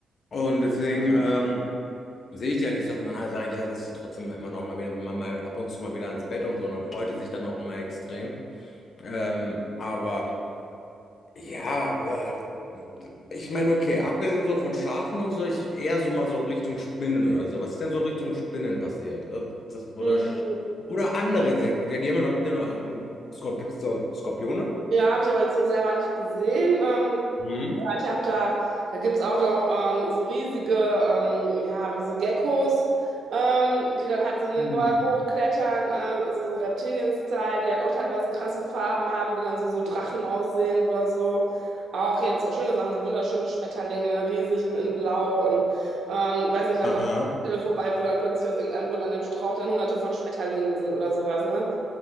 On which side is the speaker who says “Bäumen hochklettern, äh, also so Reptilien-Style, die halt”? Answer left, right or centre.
Right